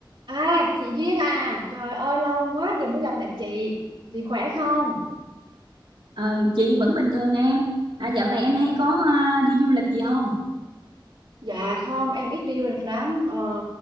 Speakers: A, on the right; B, on the right.
A: À, chị Duyên à, trời ơi lâu quá giờ mới gặp lại chị. Chị khỏe không?
B: Ờ, chị vẫn bình thường em. À, dạo này em hay có à, đi du lịch gì không?
A: Dạ không, em ít đi du lịch lắm. Ờ,